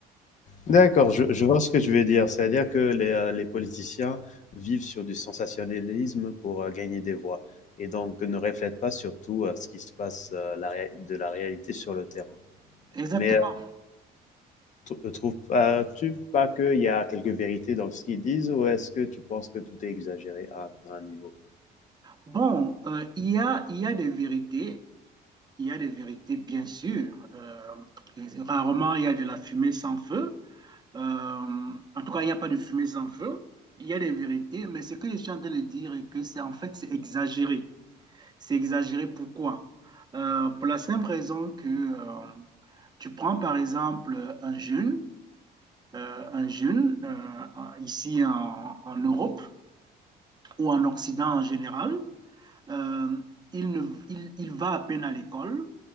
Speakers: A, on the left (about 45°); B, on the right (about 25°).
A: D'accord, je, je vois ce que tu veux dire. C'est-à-dire que les, euh, les politiciens vivent sur du sensationnalisme pour euh, gagner des voix et donc ne reflètent pas surtout euh, ce qui se passe euh, la ré- de la réalité sur le terrain.
B: Exactement.
A: Mais ne trouves-tu pas qu'il y a quelques vérités dans ce qu'ils disent ou est-ce que tu penses que tout est exagéré à, à un niveau
B: Bon, euh, il y a, il y a des vérités il y a des vérités, bien sûr. Euh, rarement, il y a de la fumée sans feu. Euh, en tout cas, il n'y a pas de fumée sans feu. Il y a des vérités, mais ce que je suis en train de dire est que c'est en fait, c'est exagéré. C'est exagéré pourquoi? Euh, pour la simple raison que euh, tu prends par exemple un jeune, euh, un jeune euh, ici en, en, Europe ou en Occident en général, euh, il, ne, il, il va à peine à l'école,